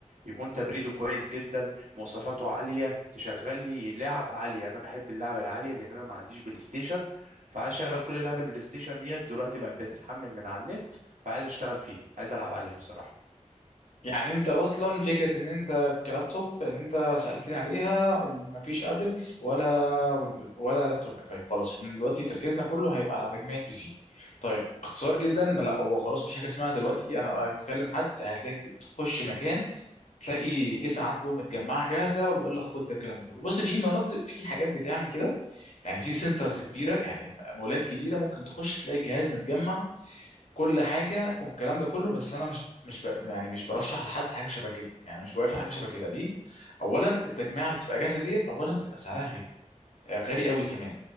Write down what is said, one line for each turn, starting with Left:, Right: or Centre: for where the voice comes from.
Right: يكون تبريده كويس جدا مواصفاته عالية تشغل لي لعب عالية أنا بحب اللعبة العالية لأن أنا ما عنديش بلاي ستيشن فعايز أشغل كل لعب البلاي ستيشن ديت دلوقتي بقت بتتحمل من على النت فعايز أشتغل فيها عايز ألعب عليها بصراحة
Left: يعني انت اصلا فكره ان انت كلابتوب اللي انت سالتني عليها ال- مفيش ابل ولا ويندوز ولا لابتوب طيب خلاص احنا دلوقتي تركيزنا كله هيبقى على تجميع بي سي طيب اختصار جدا ما لا هو خلاص مفيش حاجه اسمها دلوقتي انا اتكلم حد هتلاقي تخش مكان تلاقي كيسه عنده متجمعه جاهزه وبيقول لك خد ده الكلام ده كله بص في مناطق في حاجات بتعمل كده يعني في سنترز كبيره يعني مولات كبيره ممكن تخش تلاقي جهاز متجمع كل حاجه والكلام ده كله بس انا مش مش ب... يعني مش برشح لحد حاجه شبه كده يعني مش بوافق حاجه شبه كده ليه اولا التجميعه اللي بتبقى جاهزه ديت اولا بتبقى سعرها غالي آه، غالي قوي كمان